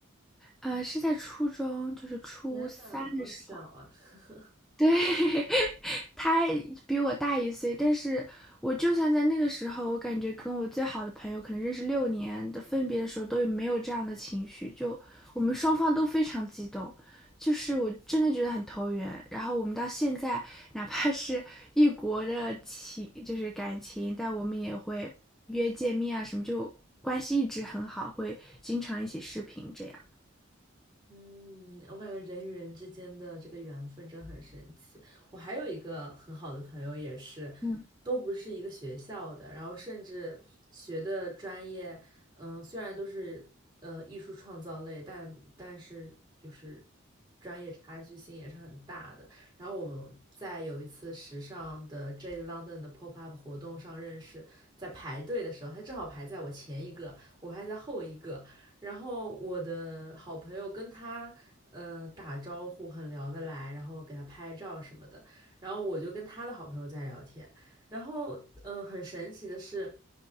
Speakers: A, in the centre; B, on the right.
A: 啊呃！是在初中，就是初三的时候，
B: 天呐，好小啊！<laughs>
A: 对，<laughs> 他比我大一岁，但是我就算在那个时候，我感觉跟我最好的朋友，可能认识六年的分别的时候，都没有这样的情绪，就我们双方都非常激动，就是我真的觉得很投缘。然后我们到现在，哪怕是异国的情，就是感情，但我们也会约见面啊什么，就关系一直很好，会经常一起视频这样。
B: 嗯，我感觉人与人之间的这个缘分真很神奇。我还有一个很好的朋友，也是，
A: 嗯
B: 都不是一个学校的，然后甚至学的专业，嗯，虽然都是呃艺术创造类，但但是就是专业差距性也是很大的。然后我们在有一次时尚的 J London 的 Pop Up 活动上认识，在排队的时候，他正好排在我前一个，我排在后一个，然后我的好朋友跟他呃打招呼很聊得来，然后给他拍照什么的，然后我就跟他的好朋友在聊天，然后嗯、呃很神奇的是，